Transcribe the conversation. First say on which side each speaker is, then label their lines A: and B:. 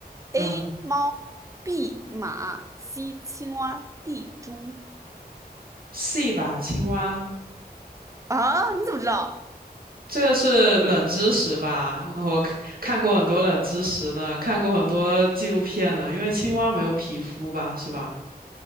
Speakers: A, on the right (about 20°); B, on the right (about 65°).
A: ？A
B: 嗯
A: 猫，B 马，C 青蛙，D 猪。
B: ，C 吧，青蛙。
A: 啊，你怎么知道？
B: 这个是冷知识吧？我看看过很多冷知识呢，看过很多纪录片呢。因为青蛙没有皮肤吧，是吧？